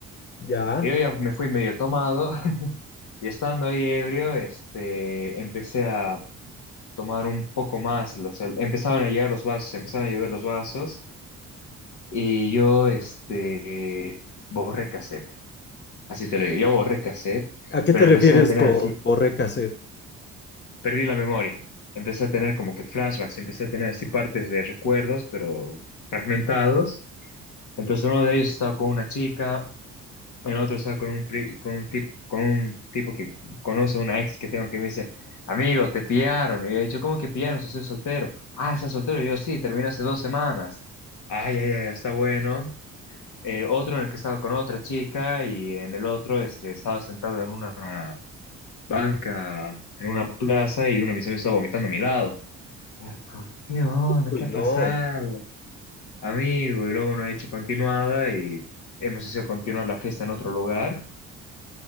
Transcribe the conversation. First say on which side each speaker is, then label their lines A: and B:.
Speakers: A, on the left; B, on the left.
A: Ya.
B: Y yo ya me fui medio tomado <laughs> y estando ahí ebrio, este, empecé a tomar un poco más, o sea, empezaban a llegar los vasos, empezaban a llover los vasos y yo, este, borré cassette, así te lo digo, yo borré cassette,
A: ¿A qué
B: pero
A: te
B: empecé
A: refieres
B: a tener
A: con
B: así,
A: borré cassette?
B: perdí la memoria, empecé a tener como que flashbacks, empecé a tener así partes de recuerdos, pero fragmentados. Entonces uno de ellos estaba con una chica El otro estaba con un, pri- con un, tip- con un tipo que conoce a una ex que tengo que me dice, amigo, te pillaron. Y yo, yo, ¿cómo que pillaron? Si soy soltero. Ah, ¿estás soltero? Y yo, sí, terminé hace dos semanas. Ay, ay, ay, está bueno. Eh, otro en el que estaba con otra chica y en el otro este, estaba sentado en una banca, en una plaza y uno de mis amigos estaba vomitando a mi lado. Y yo, como que, ¿Qué onda?
A: Uy,
B: ¿Qué
A: no,
B: ha pasado? Amigo, y luego no he hecho continuada y hemos decidido continuar la fiesta en otro lugar.